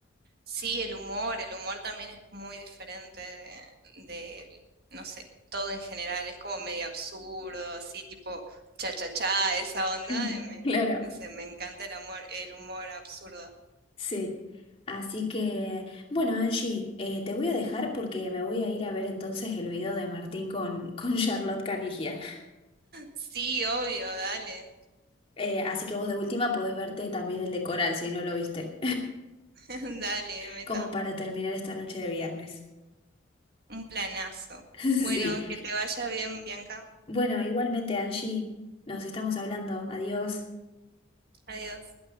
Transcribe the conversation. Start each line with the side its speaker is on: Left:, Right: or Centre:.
Right: Sí, el humor, el humor también es muy diferente de, de, no sé, todo en general, es como medio absurdo, así tipo cha cha cha, esa onda,
Left: <laughs>
Right: y me-
Left: Claro.
Right: no sé, me encanta el amor, el humor absurdo.
Left: Sí. Así que, bueno, Angie, eh, te voy a dejar porque me voy a ir a ver entonces el video de Martín con, <laughs> con Charlotte Canigia.
Right: Sí, obvio, dale,
Left: Eh, así que vos de última podés verte también el de Coral si no lo viste,
Right: <laughs> dale,
Left: <laughs>
Right: meta,
Left: como para terminar esta noche de viernes.
Right: un planazo.
Left: <laughs>
Right: Bueno,
Left: Sí.
Right: que te vaya bien, Bianca.
Left: Bueno, igualmente, Angie, nos estamos hablando. Adiós.
Right: Adiós.